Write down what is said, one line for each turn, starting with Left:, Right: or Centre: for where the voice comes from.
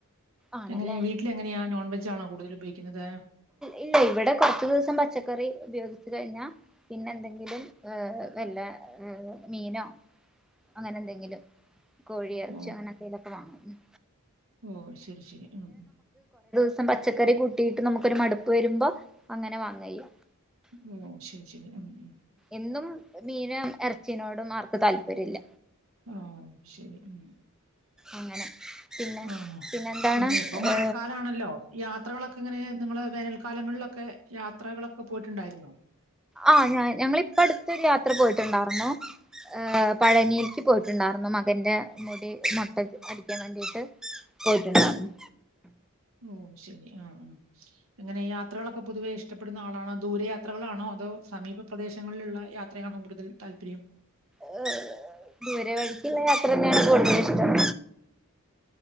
Centre: ആണല്ലേ
Right: എങ്ങനെയ വീട്ടില എങ്ങനെയാ നോൺവെജ് വെജാണോ കൂടുതലു കയ് ക്ന്നത്
Centre: ഇല്ല ഇവിടെ കുറച്ചു ദിവസം പച്ചക്കറി ഉപയോഗിച്ചു കഴിഞ്ഞാ പിന്നെ എന്തെങ്കിലും ഏ വല്ല ർ മീനോ അങ്ങനെ എന്തെങ്കിലും കോഴിയറച്ചിയോ
Right: ഓ
Centre: അങ്ങനന്തെലൊക്കെ വാങ്ങും
Right: ഓ ശരി ശരി ഉം
Centre: ഇപ്പം പച്ചക്കറി കൂട്ടിട്ട് നമു ക്കൊരു മട്പ്പ് വരുമ്പം അങ്ങനെ വാങ്ങയ്യ
Right: ഓ ശരി ശരി ഉം ഉം
Centre: എന്നും മീനാ എർച്ചിനോടും ആർക്കും താല്പര്യം ഇല്ല
Right: ആ ശരി ഉം
Centre: അങ്ങനെ പിന്നെ
Right: ആ
Centre: എന്താണ്
Right: പിന്നെ ഇപ്പം മഴക്കാലാണല്ലോ
Centre: ഏ
Right: യാത്രകളൊ ഇങ്ങനെ നിങ്ങള് വേനൽക്കാലങ്ങളിലൊക്കെ യാത്രകളൊക്കെ പോയിട്ടുണ്ടായിരുന്നോ
Centre: ആ ഞാൻ ഞങ്ങളിപ്പ അടുത്തരു യാ യാത്ര പോയിട്ടുണ്ടായിരുന്നു ഏർ പഴനിക്ക് പോയിട്ടുണ്ടായിരുന്നു മകന്റെ മുടി മുട്ട അടിക്കാൻ വേണ്ടിട്ട് പോയിട്ടുണ്ടായിരുന്നു
Right: ഓ ശരി ആ അങ്ങനെ യാത്രകളൊക്കെ പൊതുവെ ഇഷ്ടപ്പെടുന്ന ആളാണൊ ദൂരെയാ ത്രകളാണോ അതോ സമീപ പ്രദേശങ്ങളിലുള്ള യാത്രയാണോ കൂടുതൽ താല്പര്യം
Centre: ഏ ദൂ രെ വഴിക്കുള്ള യാത്ര തന്നെയാണ് കൂടുതല് ഇഷ്ടം